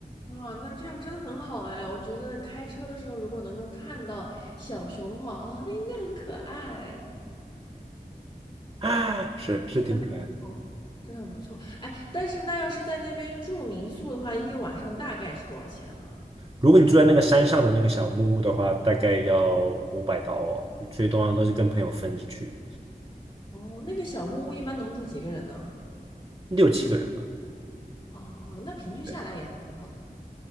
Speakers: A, on the left; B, on the right.
A: 哇，那这样真的很好哎！我觉得开车的时候如果能够看到小熊的话，哦，那应该很可爱，
B: <laughs> 是是挺可爱的。
A: 真的很不错，真的很不错。哎，但是那要是在那边住民宿的话，一晚上大概是多少钱啊？
B: 如果你住在那个山上的那个小木屋的话，大概要五百刀哦，所以通常都是跟朋友分着去。
A: 哦，那个小木屋一般能住几个人呢？
B: 六七个人吧。
A: 哦，那平均下来也还挺好的了。
B: 对，